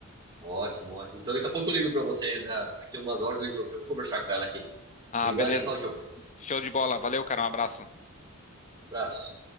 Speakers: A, on the right; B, on the left.
A: Ótimo, ótimo. Então daqui a pouco eu ligo pra você, da- daqui a umas horas eu ligo pra você. Eu vou conversar com ela aqui.
B: Ah,
A: Obrigado,
B: beleza.
A: hein, Claudio.
B: Show de bola. Valeu, cara. Um abraço.
A: Abraço.